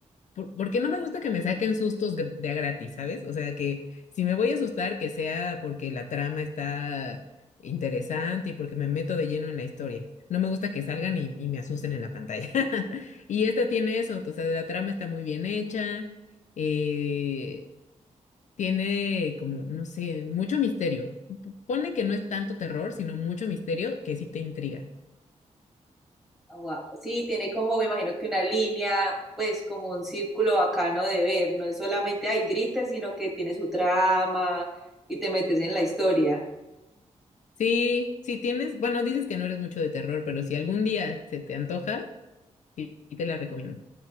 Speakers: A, on the left; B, in the centre.
A: por- Porque no me gusta que me saquen sustos gr- de a gratis, ¿sabes? O sea, que si me voy a asustar, que sea porque la trama está interesante y porque me meto de lleno en la historia. No me gusta que salgan y, y me asusten en la pantalla. <laughs> Y esta tiene eso, o sea, la trama está muy bien hecha, eh, tiene como, no sé, mucho misterio. P- p- Ponle que no es tanto terror, sino mucho misterio que sí te intriga.
B: Wow, Sí, tiene como, me imagino que una línea, pues como un círculo bacano de ver, no es solamente, ay, grites, sino que tiene su trama y te metes en la historia.
A: Sí, si tienes, bueno, dices que no eres mucho de terror, pero si algún día se te antoja, sí sí te la recomiendo.